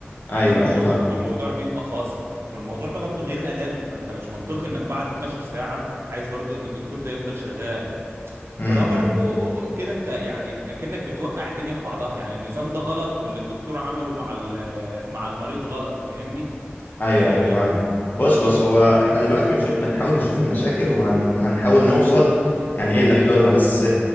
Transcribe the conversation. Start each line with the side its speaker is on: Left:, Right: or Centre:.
Right: عليهم
Left: ايوه
Right: شغل
Left: ايوه فاهم
Right: والموضوع بيبقى غصب والموضوع ده برضه غير ادمي ما انت مش منطقي انك بعد 12 ساعه عايز برضه ان الدكتور ده يفضل شغال
Left: امم
Right: فده برضو
Left: إمم.
Right: كده انت يعني اكنك بتوقع الدنيا في بعضها يعني النظام ده غلط واللي الدكتور عمله مع ال- مع المريض غلط فاهمني
Left: ايوه
Right: آه
Left: ايوه فاهمك بص بص هو احنا دلوقتي بنشوف بنحاول نشوف المشاكل وهنحاول نوصل يعني ايه لحلولها بس